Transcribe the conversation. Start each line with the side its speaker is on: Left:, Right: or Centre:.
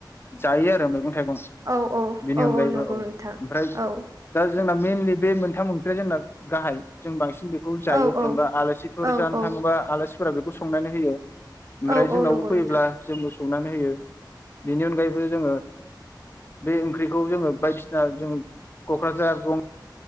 Left: जायो आरो मै मैगं थाइगं
Right: औ औ
Left: बेनि
Right: औ
Left: अनगायैबो
Right: औ नंगौ
Left: ओमफ्राय
Right: नोंथां औ
Left: दा जोंना मेनलि बे मोनथाम मोनख्रिया जोंना गाहाय जों बांसिन बेखौ जायो
Right: औ औ नंगौ नोंथां औ
Left: जेनेबा आलासि
Right: औ
Left: जानो थाङोबा आलासिफोरा बेखौ संनानै होयो ओमफ्राय
Right: औ
Left: जोंनावबो
Right: औ नंगौ
Left: फैयोब्ला
Right: नोंथां
Left: जोंबो संनानै होयो बेनि अनगायैबो जोङो बे ओंख्रिखौ जोङो बायदिसिना जों क'क्राझार ग